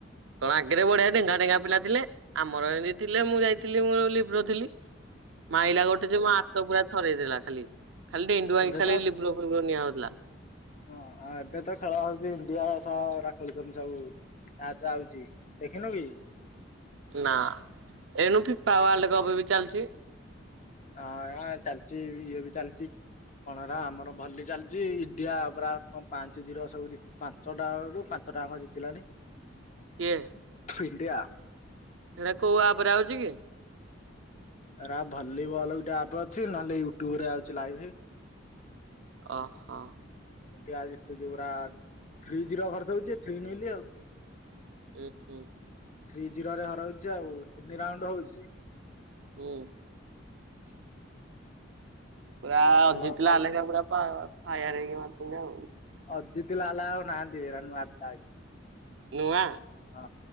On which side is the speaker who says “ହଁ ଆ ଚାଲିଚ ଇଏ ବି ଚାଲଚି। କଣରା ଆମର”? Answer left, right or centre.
Left